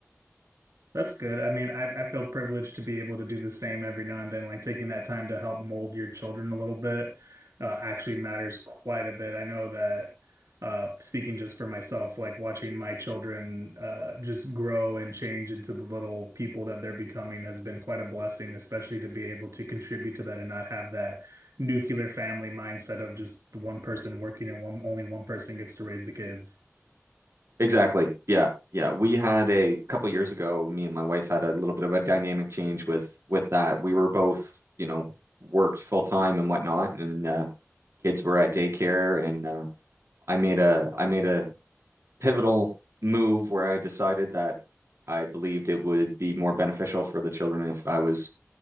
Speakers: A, on the right; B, on the right.
A: That's good. I mean, I I feel privileged to be able to do the same every now and then, like taking that time to help mold your children a little bit, uh, actually matters quite a bit. I know that uh, speaking just for myself, like watching my children uh, just grow and change into the little people that they're becoming has been quite a blessing, especially to be able to contribute to that and not have that nuclear family mindset of just one person working and one only one person gets to raise the kids.
B: Exactly. Yeah. Yeah. We had a couple years ago, me and my wife had a little bit of a dynamic change with with that. We were both, you know, worked full time and whatnot, and uh, kids were at daycare, and uh, I made a I made a pivotal move where I decided that I believed it would be more beneficial for the children if I was